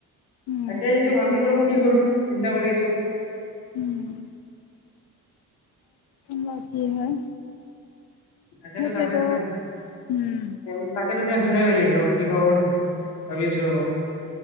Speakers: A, on the left (about 65°); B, on the left (about 80°).
A: উম
B: তাকে সেইটো ভাবিছিলোঁ কি কৰো, চিন্তা কৰি আছো?
A: উম বাকী হয়,
B: তাকেটো-তাকেটো
A: সেইটোৱেতো উম
B: <unintelligible> লাগি আছে ৰ কিবা কৰ ভাবি আছো ৰব।